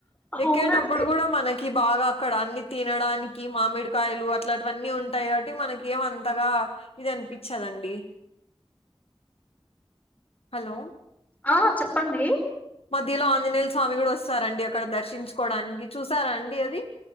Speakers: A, on the left; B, on the left.
A: అవునండి
B: ఎక్కేటప్పుడు కూడా మ బాగా అక్కడ అన్ని తినడానికి మామిడికాయలు అట్లాంటివన్నీ ఉంటాయి కాబట్టి మనక ఏం అంతగా ఇది అనిపించదండి హలో
A: ఆ చెప్పండి
B: మధ్యలో ఆంజనేయల స్వామి కూడా వస్తారండి అక్కడ దర్శించుకోవడానికి చూసారా అండి అది